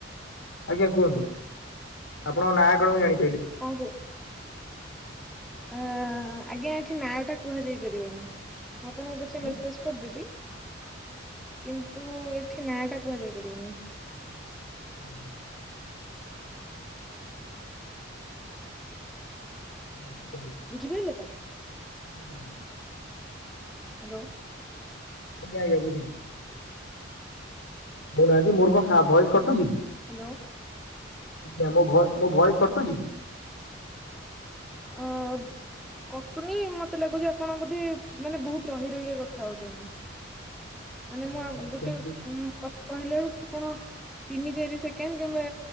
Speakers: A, on the left; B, in the centre.
A: ଆଜ୍ଞା କୁହନ୍ତୁ ଆପଣଙ୍କ ନାଁ କଣ ମୁଁ ଜାଣି
B: ହଁ କୋ ଆ ଆଜ୍ଞା ଏଠି ନାଁ ଟା କୁହାଯାଇ ପାରିବନି ମୁଁ ଆପଣଙ୍କୁ ପଛେ
A: ଆଁ
B: ମେସେଜ କରିଦେବି। କିନ୍ତୁ ଏଠି ନାଁ ଟା କୁହାଯାଇ ପାରିବନି।
A: <inaudible> <unintelligible>
B: ବୁଝିପାଇଲେ ତ?
A: ଆଜ୍ଞା, ଆଜ୍ଞା।
B: ହାଲୋ।
A: ଆଜ୍ଞା, ଆଜ୍ଞା ବୁଝିଲି। ମୁଁ କହିନି ଆଜି ମୋର କଣ ସା ଭଏସ କଟୁଚି କି
B: ହ୍ୟାଲୋ।
A: ଆଜ୍ଞା ମୋ ଭ‌ଏ ମୋ ଭଏସ୍ କଟୁଚି କି?
B: ହବ୍। କଟୁନି ମତେ ଲାଗୁଚି ଆପଣ ବୋଧେ ମାନେ ବୋହୁତ ରହି ରହିକି କଥା ହୋଉଚନ୍ତି। ମାନେ
A: ହଁ
B: ମୁଁ ଗୋଟେ
A: ସେମିତି
B: ଉଁ କଥା କହିଲା ବେଳୁକୁ ଆପଣ ତିନି ଚାରି ସେକେଣ୍ଡ କିମ୍ବା